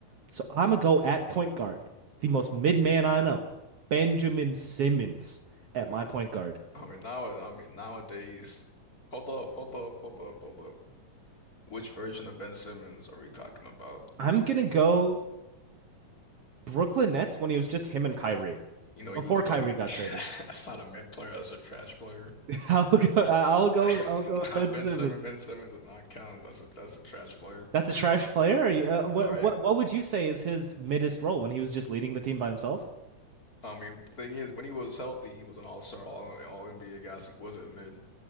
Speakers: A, on the right; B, on the left.
A: So I'm gonna go at point guard, the most mid man I know, Benjamin Simmons at
B: And
A: my point guard.
B: I mean now, I mean nowadays. Hold up, hold up, hold up, hold up. Which version of Ben Simmons are we talking about?
A: I'm gonna go Brooklyn Nets when he was just him and Kyrie
B: You know, he
A: before
B: was
A: Kyrie
B: really
A: got
B: <laughs>
A: traded.
B: that's not a mid player. That's a trash player.
A: <laughs> I'll go. I'll go.
B: <laughs>
A: I'll go with
B: Nah,
A: Ben
B: Ben
A: Simmons.
B: Simmons, Ben Simmons does not count. That's a that's a trash player.
A: That's a trash player. Or you, uh, what
B: All right.
A: what what would you say is his middest role when he was just leading the team by himself?
B: I mean, the thing is, when he was healthy, he was an all-star, all all NBA guy. so he wasn't mid.